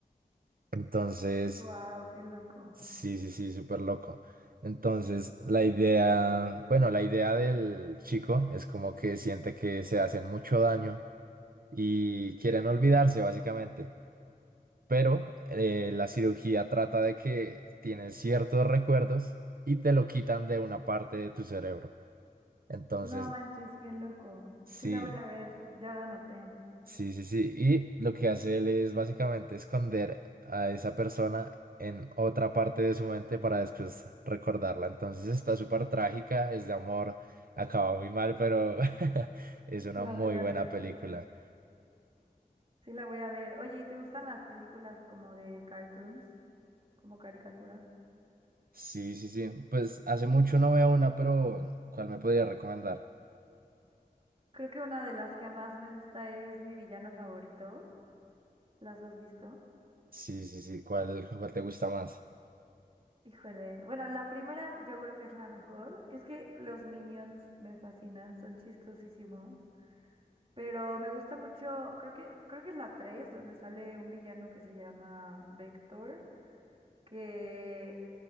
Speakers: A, on the right; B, on the right.
A: Entonces...
B: Wow, qué loco.
A: Sí, sí, sí, súper loco. Entonces, la idea, bueno, la idea del chico es como que siente que se hacen mucho daño y quieren olvidarse, básicamente. Pero eh, la cirugía trata de que tienes ciertos recuerdos y te lo quitan de una parte de tu cerebro. Entonces,
B: No manches, qué loco.
A: sí.
B: Sí la voy a ver, ya la anoté.
A: Sí, sí, sí. Y lo que hace él es básicamente esconder a esa persona en otra parte de su mente para después recordarla. Entonces está súper trágica, es de amor, acaba muy mal, pero <laughs> es una
B: La
A: muy
B: voy a
A: buena
B: ver.
A: película.
B: Sí, la voy a ver. Oye, ¿y te gustan las películas como de cartoons, como caricatura?
A: Sí, sí, sí. Pues hace mucho no veo una, pero ¿cuál me podría recomendar?
B: Creo que una de las que más me gusta es Mi villano favorito. ¿Las has visto?
A: Sí, sí, sí. ¿Cuál, cuál te gusta más?
B: Híjole. Bueno, la primera yo creo que es la mejor. Es que los Minions me fascinan, son chistosísimos. Pero me gusta mucho, creo que, creo que es la 3, donde sale un villano que se llama Vector. que